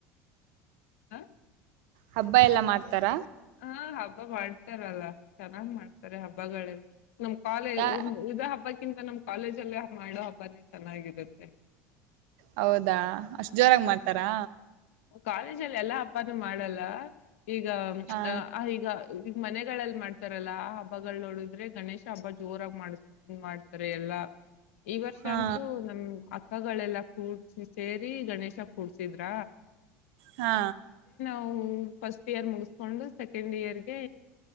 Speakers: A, on the left; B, on the right.
A: ಹ
B: ಹಬ್ಬ ಎಲ್ಲಾ ಮಾಡ್ತಾರ
A: ಹಾ ಹಬ್ಬ ಮಾಡ್ತಾರಲ್ಲ ಚೆನ್ನಾಗ್ ಮಾಡ್ತಾರೆ ಹಬ್ಬಗಳೆಲ್ಲ ನಮ್ ಕಾಲೇ
B: ಯಾ
A: ಇದ ಹಬ್ಬಕ್ಕಿಂತ ನಮ್ ಕಾಲೇಜಲ್ಲೇ ಮಾಡೋ ಹಬ್ಬನೇ ಚೆನ್ನಾಗಿರುತ್ತೆ
B: ಹೌದಾ ಅಷ್ಟು ಜೋರಾಗಿ ಮಾಡ್ತಾರಾ
A: ಕಾಲೇಜಲ್ಲಿ ಎಲ್ಲಾ ಹಬ್ಬಾನು ಮಾಡಲ್ಲ ಈಗ
B: ಹಾ
A: ಈಗ ಮನೆಗಳೆಲ್ಲ ್ ಮಾಡ್ತಾರಲ್ಲಾ ಆ ಹಬ್ಬಗಳ ನೋಡಿದ್ರೆ ಗಣೇಶ ಹಬ್ಬ ಜೋರಾಗಿ ಮಾಡ್ ಮಾಡ್ತಾರೆ ಎಲ್ಲಾ ಈ ವರ್ಷ
B: ಹಾ
A: ಅಂತೂ ನಮ ಪಕ್ಕಗಳೆಲ್ಲಾ ಕೂಡ್ಸಿ ಸೇರಿ ಗಣೇಶ ಕೂಡ್ಸಿದ್ರ
B: ಹಾ
A: ನವು ಫಸ್ಟ್ ಇಯರ್ ಮುಗಿಸಕೊಂಡು ಸೆಕೆಂಡ್ ಇಯರ್ಗೆ